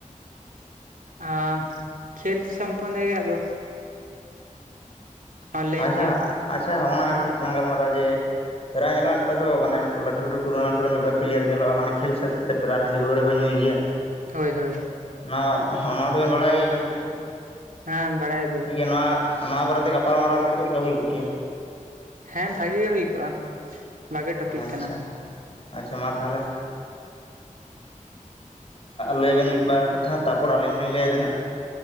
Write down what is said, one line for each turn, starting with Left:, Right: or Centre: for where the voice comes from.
Right: ᱟ ᱠᱷᱮᱞ ᱥᱚᱢᱯᱚᱱᱫ ᱜᱮ ᱟᱫᱚ ᱚᱱᱞᱟᱭᱤᱱ
Left: ᱟᱪᱪᱷᱟ
Right: ᱜᱮᱢ
Left: ᱟᱪᱪᱷᱟ ᱚᱱᱟ ᱠᱟᱹᱴᱤᱡ ᱞᱟᱝ ᱜᱟᱞᱢᱟᱨᱟᱣᱟ ᱡᱮ ᱯᱮᱨᱟᱭ ᱧᱮᱞᱚᱜᱼᱟ ᱱᱮᱛᱟᱨᱫᱚ ᱢᱟᱱᱮ ᱞᱟᱹᱴᱩ ᱞᱟᱹᱴᱩ ᱴᱩᱨᱱᱟᱢᱴ ᱠᱚᱨᱮ ᱢᱤᱫ ᱵᱟᱨ ᱯᱞᱮᱭᱟᱨ ᱧᱮᱞᱚᱜᱼᱟ ᱢᱟᱱᱮ ᱠᱷᱮᱞ ᱥᱟᱹᱛ <unintelligible> ᱵᱮᱲᱟ ᱦᱟᱺᱰᱤ ᱯᱟᱹᱣᱟᱹ ᱠᱚ ᱧᱩᱭ ᱜᱮᱭᱟ
Right: ᱦᱳᱭ ᱦᱳᱭ
Left: ᱱᱚᱣᱟ ᱱᱚᱣᱟ ᱫᱚᱵᱮᱱ ᱵᱟᱲᱟᱭ ᱜᱮ ᱟᱵᱮᱱ ᱦᱚᱸ ᱠᱤᱪᱷᱩ
Right: ᱦᱮᱸ ᱵᱟᱲᱟᱭ ᱜᱮᱭᱟᱞᱤᱧ
Left: ᱴᱷᱤᱠᱜᱮᱭᱟ ᱱᱚᱣᱟ ᱱᱚᱣᱟ ᱵᱟᱨᱮᱛᱮ ᱜᱟᱯᱟᱞᱢᱟᱨᱟᱣ ᱞᱮᱠᱷᱟᱡ ᱪᱮᱫ ᱞᱮᱠᱟ ᱦᱩᱭ ᱠᱚᱜ ᱜᱮᱭᱟ
Right: ᱦᱮᱸ ᱵᱷᱟᱹᱜᱤ ᱜᱮ ᱦᱩᱭ ᱠᱚᱜᱼᱟ ᱵᱷᱟᱜᱮ ᱴᱚᱯᱤᱠ
Left: ᱟᱪᱪᱷᱟ
Right: ᱠᱟᱱᱟ
Left: ᱟᱪᱪᱷᱟ ᱢᱟ ᱛᱟᱦᱚᱞᱮ ᱞᱟᱹᱭ ᱵᱮᱱ ᱢᱤᱫ ᱵᱟᱨ ᱠᱟᱛᱷᱟ ᱛᱟᱯᱚᱨ ᱟᱹᱞᱤᱧ ᱦᱚᱸᱞᱤᱧ ᱞᱟᱹᱭ ᱟ ᱡᱟᱦᱟᱱᱟᱜ